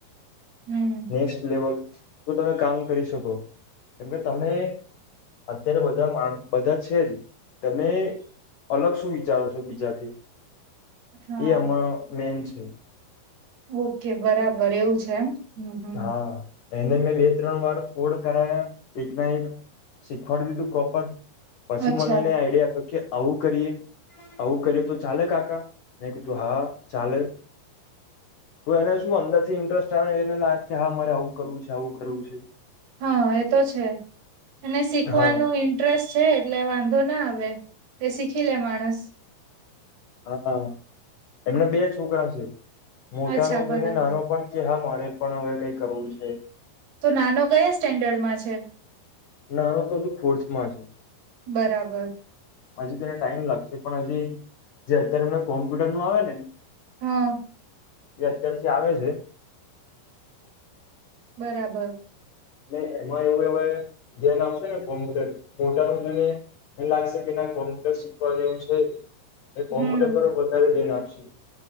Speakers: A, on the right; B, on the left.
A: હમ
B: નેક્સ્ટ લેવલ તો તમે કામ કરી શકો. કેમ કે તમે અત્યારે બધા માણ બધા છે જ તમે અલગ શું વિચારો છો બીજાથી,
A: હા
B: એ અમાં મેન છે.
A: ઓકે. બરાબર, એવું છે એમ હમ. હમ.
B: હા એને મેં લે-ત્રણ વાર કોડ કરાયા. એક ના એક શીખવાડી દીધું પ્રોપર પછી
A: અચ્છા
B: મને એને આઈડિયા આપ્યો કે આવું કરીએ, આવું કરીએ તો ચાલે કાકા? મે કીધું હા, ચાલે. તો એને શું અંદરથી ઇન્ટરેસ્ટ આવેને ના કે હા મારે આવું કરવું છે. આવું કરવું છે.
A: હન, એ તો છે એને શીખવાનું
B: હા
A: ઇન્ટરેસ્ટ છે એટલે વાંધો ના આવે એ શીખી લે માણસ
B: હા, એમના બે છોકરા છે. મોટાનું
A: અચ્છા
B: જોઈને
A: બરાબર
B: નાનો પણ કે હા, મારે પણ હવે કઈ કરવું છે.
A: તો નાનો કયા સ્ટેન્ડર્ડમાં છે?
B: નાનું તો હજુ ફોર્થમાં છે.
A: બરાબર
B: હજી તને ટાઈમ લાગશે. પણ હજી જે અત્યારે એમને કોમ્પ્યુટરનું આવે ને
A: હા.
B: એ અત્યારથી આવે છે.
A: બરાબર.
B: એટલે એમાં એવું <unintelligible> ધ્યાન આપશે ને કોમ્પ્યુટર. મોટા ભાગને એવુ લાગશે કે ના કોમ્પ્યુટર શીખવા જેવું છે. એ
A: હમ
B: કોમ્પ્યુટર પર વધારે ધ્યાન આપશે.